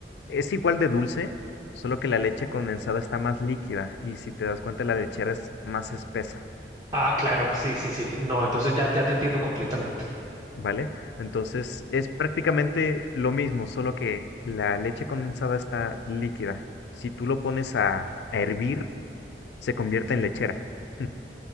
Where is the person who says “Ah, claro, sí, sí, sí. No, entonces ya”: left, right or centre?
Right